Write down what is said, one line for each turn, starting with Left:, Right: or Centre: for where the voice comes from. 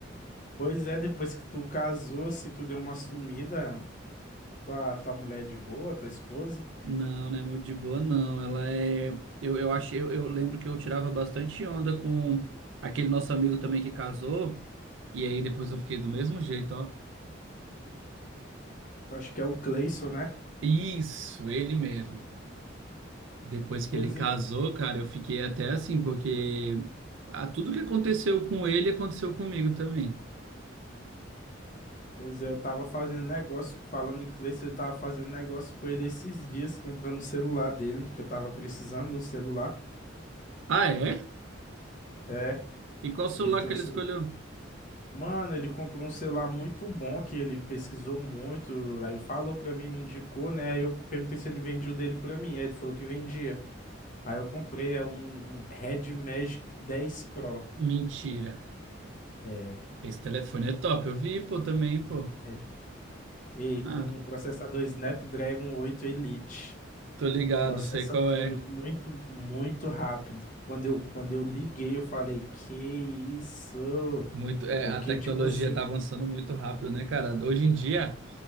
Left: Pois é, depois que tu casou, assim, tu deu uma sumida, tua, tua mulher é de boa, tua esposa.
Right: Não, não é muito de boa, não. Ela é. Eu, eu achei, eu, eu lembro que eu tirava bastante onda com aquele nosso amigo também que casou. E aí depois eu fiquei do mesmo jeito, ó.
Left: Eu Acho que é o Cleison, né?
Right: Isso, ele mesmo. Depois que
Left: Pois
Right: ele casou,
Left: é,
Right: cara, eu fiquei até assim, porque ah, tudo que aconteceu com ele aconteceu comigo também.
Left: pois é, eu tava fazendo negócio, falando em Cleison, eu tava fazendo negócio com ele esses dias, comprando o celular dele, que eu tava precisando de um celular.
Right: Ah, é?
Left: É,
Right: E qual celular
Left: ele tem
Right: que
Left: um
Right: ele
Left: celular.
Right: escolheu?
Left: Mano, ele comprou um celular muito bom que ele pesquisou muito, aí falou pra mim, me indicou, né? Aí eu perguntei se ele vendia o dele pra mim, aí ele falou que vendia. Aí eu comprei é um, um Red Magic 10 Pro.
Right: Mentira.
Left: É,
Right: Esse telefone é top, eu vi, pô, também, pô.
Left: é. E com
Right: Ah,
Left: um processador Snapdragon 8 Elite.
Right: tô ligado,
Left: Processa
Right: sei qual
Left: tudo
Right: é.
Left: muito, muito rápido. Quando eu, quando eu liguei, eu falei, que isso?
Right: Muito, é,
Left: Porque,
Right: a tecnologia
Left: tipo assim,
Right: está avançando muito rápido, né, cara? Hoje em dia,